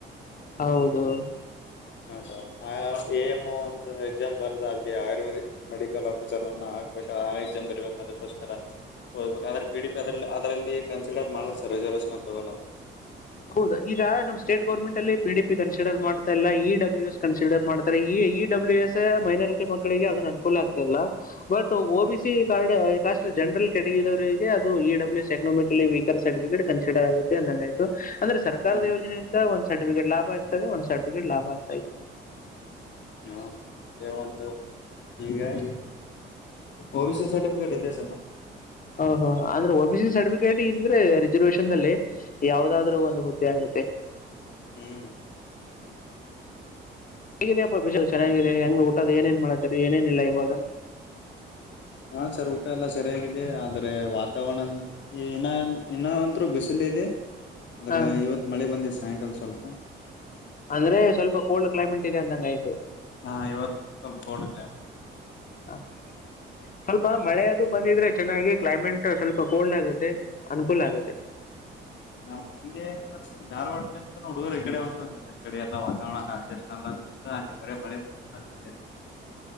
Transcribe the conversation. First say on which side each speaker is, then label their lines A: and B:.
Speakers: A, on the left; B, on the left.
A: ಹೌದು.
B: ಹ ಸ. ಅ ಎಮನ್. ಅದು ಎಕ್ಸಾಮ್ ಬರ್ದ ಅಲ್ಲಿ ಆಯುರ್ವೇದಿಕ್ ಮೆಡಿಕಲ್ ಆಫೀಸರ್ ಅನ್ನ ಹಾಗ್ಬೇಕು ಆ ಎಕ್ಸಾಮ್ ಬರಿಬೇಕು ಅದಕ್ಕೋಸ್ಕರ ಹೋಗ್ಬೇಕು ಆದ್ರೇ ಪಿ ಡಿ ಪಿ ಅದ್ರಲ್ಲಿ ಅದ್ರಲ್ಲಿ ಕನ್ಸಿಡರ್ ಮಾಡಲ್ಲಾ ಸರ್ ರಿಸರ್ವೆಷನ್ ತಗೋಲ್ಲ.
A: ಹೌದು ಈಗ ನಮ್ ಸ್ಟೇಟ್ ಗೌರ್ಮೆಂಟ್ ಅಲ್ಲಿ ಪಿ ಡಿ ಪಿ ಕನ್ಸಿಡರ್ ಮಾಡ್. ಮಾಡ್ತಿಲ್ಲ ಇ ಡಬ್ಲ್ಯೂ ಎಸ್ ಕನ್ಸಿಡರ್ ಮಾಡ್ತಾರೆ ಈ ಇ ಡಬ್ಲ್ಯೂ ಎಸ್ ಮೈನಾರಿಟಿ ಮಕ್ಕಳಿಗೆ ಅದೇನ್ ಅನುಕೂಲ ಆಗ್ತ ಇಲ್ಲ but O B C card general ಕ್ಯಾಟಗಿರಿದವರಿಗೆ ಅದು E W S economically weaker certificate consider ಆಗುತ್ತೆ ಅಂದಂಗಾಯ್ತ್. ಆಗುತ್ತೆ. ಅಂದ್ರೆ ಸರ್ಕಾರದ
B: ಹ್ಮ್
A: ಯೋಜನೆಯಿಂದ ಒಂದು. ಒಂದು ಸರ್ಟಿಫಿಕೇಟ್ ಲಾಭ ಆತದೆ ಒಂದು ಸಿರ್ಟಿಫಿಕೇಟ್ ಲಾಭ ಆಗಲ್ಲ.
B: ಹಾ ಸವಂತ ಹೀಗೆ ಒ ಬಿ ಸಿ ಸರ್ಟಿಫಿಕೇಟ್ ಇದೆ ನಮ್ಮ್ ಹತ್ರಾ.
A: ಹ ಹಾ ಅಂದ್ರೆ ಒ ಬಿ ಸಿ ಸರ್ಟಿಫಿಕೇಟ್ ಇದ್ರೆ ರಿಸರ್ವೇಸೈನ್ ದಲ್ಲಿ ಯಾವದಾದ್ರು ಒಂದು ಹುದ್ದೆ ಆಗುತ್ತೆ.
B: ಹ್ಮ್.
A: ಹೇಗಿದಪ್ಪ ಬೀಜಲು ಚೆನ್ನಾಗಿದೆ ಹೆಂಗೂ ಊಟದ ಏನೇನ್ ಮಾಡ್ತಾರೆ ಏನೇನಿಲ್ಲ ಇವಾಗ.
B: ಹ ಸರ್ ಊಟ ಎಲ್ಲ ಸರಿಯಾಗಿದೆ ಆದ್ರೆ ವಾತಾವರಣ ಇ ಇನ್ನ ಅಂತ್ರು ಬಿಸಿಲು ಇದೆ. ಆದ್ರೆ
A: ಹ
B: ಇವತ್ ಮಳೆ ಬಂದಿದೆ ಸಾಯಂಕಾಲ. ಸ್ವಲ್ಪ.
A: ಅಂದ್ರೆ ಸ್ವಲ್ಪ ಕೋಲ್ಡ್ ಕ್ಲೈಮೇಟ್ ಇದೆ ಅಂದಂಗ ಆಯ್ತು.
B: ಹಾ ಇವತ್ ಸ್ವಲ್ಪ
A: ಹಾ ಹಾ ಸ್ವಲ್ಪ ಮಳೆ ಅದು ಬಂದಿದ್ರೆ ಚೆನ್ನಾಗಿ ಕ್ಲೈಮೇಟ್ ಸ್ವಲ್ಪ ಕೋಲ್ಡ್ ಆಗುತ್ತೆ ಅನುಕೂಲ ಆಗುತ್ತೆ.
B: ಹಾ ಇದೆ ಮತ್ತೆ ಧಾರವಾಡಂತ ನೋಡ್ರೆ ಈ ಕಡೆ ಉಂಟು ಕಡೆ ಎಲ್ಲ ವಾತಾವರಣ ಅಸ್ಟ್ ಅಲ್ಲಿ ಬರೀ ಮಳೆ ಮಳೆ.